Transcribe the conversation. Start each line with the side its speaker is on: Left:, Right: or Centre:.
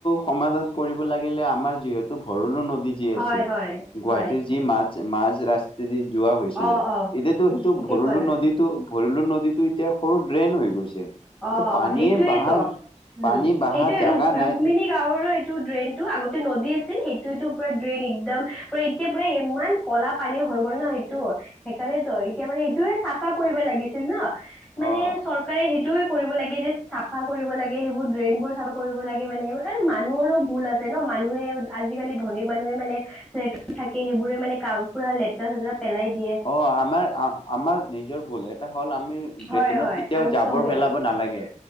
Left: সমাধান কৰিব লাগিলে আমাৰ যিহেতু ভৰলো নদ যি
Centre: হয়
Left: আছে
Centre: হয়
Left: গুৱাহাটীৰ
Centre: হয়
Left: যি মা মাজ ৰাচ যদি যোৱা হৈছিলে
Centre: অ
Left: এতিয়াতো
Centre: অ
Left: সেইটো
Centre: ঠিকে
Left: ভৰলো
Centre: ক'লা
Left: নদীতটো ভৰিলো নদীতটো এতিয়া সৰু ড্ৰেইন হৈ গৈছে
Centre: অ
Left: পানীয়ে
Centre: সেইটোয়েই
Left: বাহাৰ
Centre: ত উম
Left: পানী বাহা
Centre: সেইটোয়ে
Left: জাগা
Centre: ৰুক ৰুক্মিণী
Left: নাই
Centre: গাঁৱৰো টো ড্ৰেইনতটো আগতে নদী আছিল সেইটো তো পুৰা ড্ৰেইন এক্দম পুৰা এতিয়া পুৰা ইমান কলা পানী হৈ গ'ল ন সেইটো সেইকাৰণেত এতিয়া মানে এইটোয়ে চাফা কৰিব লাগিছিল ন মানে
Left: অ
Centre: চৰকাৰে সেই তোৰ কৰিব লাগে যে চাফা কৰিব লাগে সেইবোৰ ড্ৰেইন বোৰ চাফা কৰিব লাগে মানে সেইবোৰ এ মানুহৰো ভুল আছে ন মানুহে আজিকালি ধনীৰ মানুহে মানে ফ্লেটত থাকি সেইবোৰে মানে কা পুৰা লেতেৰা চেতেৰা পেলাই দিয়ে
Left: অ আমাৰ আ আমাৰ নিজৰ ভূলে আমি ড্ৰেইনত
Centre: হয় হয়
Left: কেতিয়াও
Centre: আমি
Left: জাবৰ
Centre: চবে
Left: পেলাব নালাগে